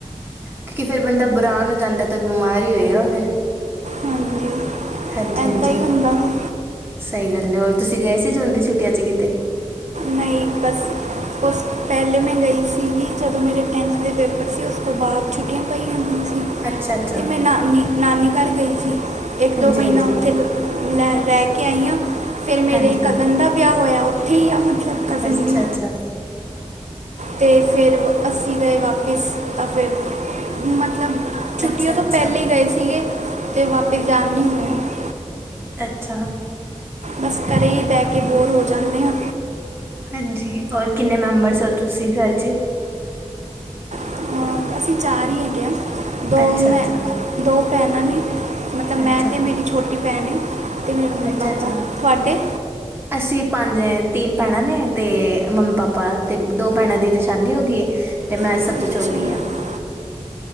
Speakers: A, on the right (about 15°); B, on the right (about 65°).
A: ਕਿਉਂ ਕੀ ਫੇਰ ਬੰਦਾ ਬਰਾਨ ਹੋ ਜਾਂਦਾ ਤਾਂ ਬਿਮਾਰ ਹੀ ਹੋਏਗਾ ਫੇਰ।
B: ਹਾਂਜੀ
A: ਹਾਂਜੀ-ਹਾਂਜੀ,
B: ਐਂਦਾ ਹੀ ਹੁੰਦਾ ਵਾ।
A: ਸਈ ਗੱਲ ਏ, ਔਰ ਤੁਸੀਂ ਗਏ ਸੀ ਜੂਨ ਦੀ ਛੁੱਟੀਆਂ ਚ ਕੀਤੇ?
B: ਨਈਂ ਬਸ ਓਸ ਪੈਲੇ ਮੈਂ ਗਈ ਸੀਗੀ ਜਦੋਂ ਮੇਰੇ ਟੈਂਨਥ ਦੇ ਪੇਪਰ ਸੀ। ਓਸ ਤੋਂ ਬਾਅਦ ਛੁੱਟੀਆਂ ਪਈਆਂ ਹੁੰਦੀਆਂ ਸੀ।
A: ਅੱਛਾ-ਅੱਛਾ।
B: ਤੇ ਮੈਂ ਨਾਨੀ ਨਾਨੀ ਘਰ ਗਈ ਸੀ। ਏਕ
A: ਹਾਂਜੀ-ਹਾਂਜੀ,
B: ਦੋ ਮੀਨਾ ਓਥੇ ਰੈ ਕੇ ਆਈ ਆਂ। ਫੇਰ ਮੇਰੇ
A: ਹਾਂਜੀ,
B: ਕਜ਼ਨ ਦਾ ਵਿਯਾ ਹੋਯਾ, ਓਥੇ ਹੀ ਆ ਮਤਲਬ। ਕਜ਼ਨ
A: ਅੱਛਾ-ਅੱਛਾ।
B: ਵੀ ਤੇ ਫੇਰ ਅਸੀ ਗਏ ਵਾਪ ਪੀਸ਼ ਤਾਂ ਫਿਰ ਮਤਲਬ ਛੁੱਟੀਆਂ
A: ਅੱਛਾ-ਅੱਛਾ,
B: ਤੋਂ ਪੈਲੇ
A: ਅੱਛਾ, ਅੱਛਾ ਅੱਛਾ
B: ਈ ਗਏ ਸੀਗੇ। ਤੇ ਵਾਪਸ ਜਾਨ ਈਂ ਨੀਂ ਹੋਯਾ।
A: ਅੱਛਾ।
B: ਬਸ ਘਰੇ ਈ ਬੈ ਕੇ ਬੋਰ ਹੋ ਜਾਂਨੇ ਆਂ।
A: ਹਾਂਜੀ, ਔਰ ਕਿੰਨੇ ਮੈਂਬਰਸ ਹੋ ਤੁਸੀਂ ਘਰ 'ਚ?
B: ਅਹ ਅਸੀਂ ਚਾਰ ਈ ਹੈਗੇ ਹਾਂ ਦੋ
A: ਅੱਛਾ-ਅੱਛਾ,
B: ਮੈਂ ਦੋ ਭੈਣਾਂ ਨੇ ਮਤਲਬ ਮੈਂ
A: ਅੱਛਾ,
B: ਤੇ ਮੇਰੀ ਛੋਟੀ ਭੈਣ ਏ, ਤੇ ਮੇਰੇ ਮੰਮੀ-ਪਾਪਾ
A: ਅੱਛਾ-ਅੱਛਾ।
B: ਤੁਆਡੇ?
A: ਅਸੀਂ ਪੰਜ ਤਿੰਨ ਭੈਣਾਂ ਨੇ ਤੇ ਮੰਮੀ-ਪਾਪਾ ਤੇ ਦੋ ਭੈਣਾਂ ਦੀ ਤਾਂ ਸ਼ਾਦੀ ਹੋ ਗੀਏ। ਤੇ ਮੈਂ
B: ਅੱਛਾ
A: ਸਭ ਤੋਂ ਛੋਟੀ ਆਂ।